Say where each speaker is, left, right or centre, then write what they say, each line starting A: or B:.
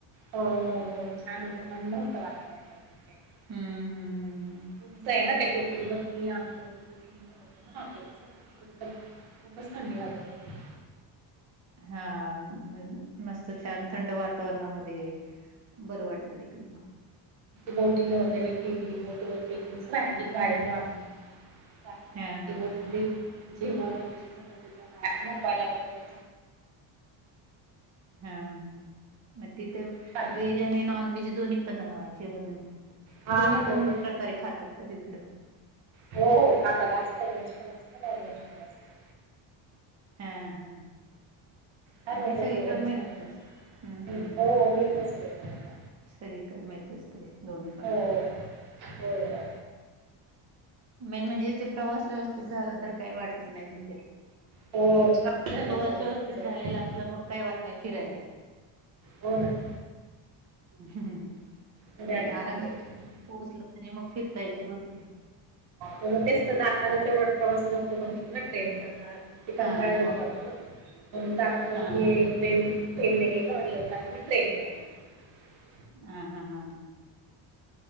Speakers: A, on the right; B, on the right.
A: हो, हो, छान होतं, थंड होत वातावरण <unintelligible>
B: हम्म हम्म हम्म
A: <unintelligible> उंच आहे ना ते? टेकडी वरती आमचं बुकिंग होत ना हॉटेलच, तर खूपच थंडी वाटत होती. <inaudible>
B: हां, म मस्त छान थंड वातावरणामध्ये बरं वाटत देखील.
A: बोटींग वगैरे केली. बोटवर एक दिस रहायची <unintelligible> का दिस
B: हा हा हा
A: बोटमध्ये. जेवण वगैरे <unintelligible> झोपायला वगैरे.
B: हां, हां, म तिथं
A: खूप छान
B: वे ज आणि नॉनव्हेज दोन्ही पण जेवण
A: हा
B: दोन्ही
A: हा
B: पण
A: गोबी
B: प्रकारे खातात का तिकडं?
A: हो हो खातात, आज व्हेज पण असतंय, नॉनव्हेज पणं असतय.
B: हा हा.
A: छान
B: आणि
A: होतं
B: सगळीकडं
A: जेवण
B: मिळतच
A: छान होतं
B: हुं हुं.
A: हो मिळतं सगळीकडे हा.
B: सगळीकडे मिळतच ते दोन्ही पण
A: हो हो
B: मेन म्हणजे ते प्रवास व्यवस्थित झाला, तर काही वाटत नाही तिथे.
A: हो छान झाला
B: प्रवास व्यवस्थित
A: आमचा
B: झालेलं
A: एकदम
B: असलं मग काय वाटत नाही फिरायला.
A: हो ना. <inaudible>
B: <inaudible> नाही
A: मजा आली तिकडे.
B: आरामशिर पोहोचल म्हणजे मग फिरता येत भरपूर
A: होग तेच तर, जातानाच एवढा प्रवास नको म्हटला ना ट्रेनचा मग ते कंटाळा
B: हां,
A: येऊन
B: हां.
A: जातो ना, म्हणून जाताना
B: हां,
A: आमी
B: हां.
A: ट्रेन ट्रेन ने गेलो आणि येताना मग ट्रेन ने आलो मग.
B: ह हा हा हा.